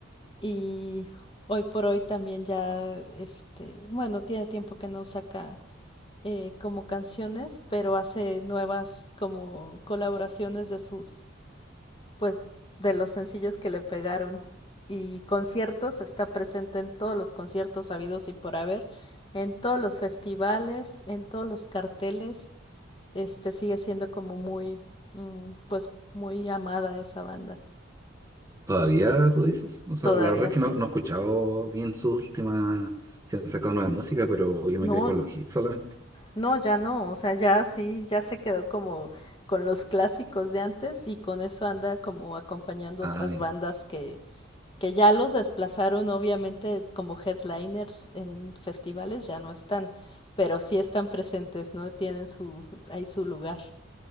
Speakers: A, on the left (about 25°); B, on the right (about 15°).
A: y hoy por hoy también ya, este, bueno, tiene tiempo que no saca eh, como canciones, pero hace nuevas como colaboraciones de sus pues de los sencillos que le pegaron. Y conciertos, está presente en todos los conciertos habidos y por haber, en todos los festivales, en todos los carteles, este sigue siendo como muy, mm, pues muy amada esa banda.
B: Todavía tú dices. O sea,
A: Todavía
B: la verdad es
A: sí.
B: que no, no he escuchado bien su última, si han sacado nueva música, pero yo me
A: No,
B: quedé con los hits solamente.
A: no, ya no, o sea, ya sí, ya se quedó como con los clásicos de antes y con eso anda como acompañando
B: Ah,
A: otras
B: ya.
A: bandas que que ya los desplazaron obviamente como headliners en festivales, ya no están, pero sí están presentes, ¿no? Tienen su, ahí su lugar.